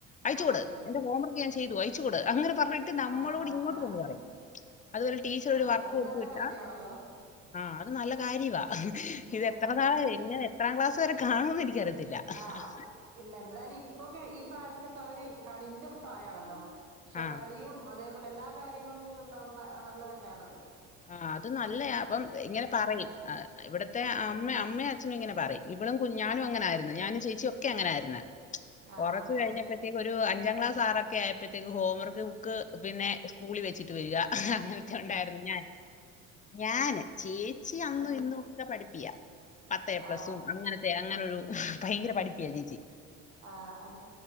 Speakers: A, on the left; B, on the right.
A: അയ്ച്ച്
B: ആഹ്
A: കൊട് എന്റെ ഹോംവർക്ക് ഞാൻചെയ് ചെയ്തു അയ്ച്കൊട് അങ്ങനെ പർൺട്ട്
B: ആഹ്
A: നമ്മളോടിങ്ങോട്ടുവന്ന്
B: ആഹ് ആഹ് ആഹ്
A: പറയും അതുപോലൊരുടീച്ചറൊരു
B: ആഹ്
A: വർക്ക്
B: അത്
A: കൊത്ത്വിട്ടാ
B: നല്ല കാര്യാണല്ലോ
A: ആ അത് നല്ല കാര്യവാ അഹ്
B: ഉം
A: ഇത് എത്ര നാള്
B: ഉം
A: എങ്ങനെ എത്രാംക്ലാസ്സ് ത്വരെ കാണുംന്ന് നിക്കറിയാത്ത തില്ല അഹ്ഹ്
B: ആഹ് ഇല്ല എന്തായ്ലും ഇപ്പോക്കെ ഈ പ്രായത്തിലൊക്കെ അവര് കളീൻ്റെ പ്രായാണല്ലോ ക്ഷേ
A: ആ.
B: കളിയും അതേ എല്ലാർടെകാര്യങ്ങൾകൊക്കെ ണ്ടാവന്ന് അനല്ലതന്നയാണത്
A: ആ അതുനല്ലയാ പ്പം ഇങ്ങനെ പറയും ആ ഇവിട്ത്തെ അമ്മേ അമ്മേം അച്ഛനും ഇങ്ങനെ പറയും ഇവളും കു ഞ്ഞാനും അങ്ങനാര്ന്ന് ഞാനും ചേച്ചിഒക്കെ അങ്ങനാര്ന്ന്
B: ആഹ്
A: കൊറച്ച്കഴിഞ്ഞപ്പഴ്ത്തേക്ക്
B: ആഹ്
A: ഒരു അൻ ഞങ്ങളാസാറൊക്കെ ആയപ്പഴ്ത്തേക്ക് ഹോംവർക്ക് ബു ക്ക് പിന്നെ കൂളിവെച്ചിട്ട് വരിക അഹ്ഹ കെഒണ്ടാര്ന്നുഞാൻ ഞാന് ചേച്ചി അന്നുഇന്നുഉക്കെ
B: ആഹ്
A: പഠിപ്പിയാ പത്തേപ്ലെസ്സും
B: ആഹ്
A: അങ്ങനത്തെ അങ്ങനൊരു ഭയങ്കര പഠിപ്പിയാ ചേച്ചി
B: ആഹ് ആ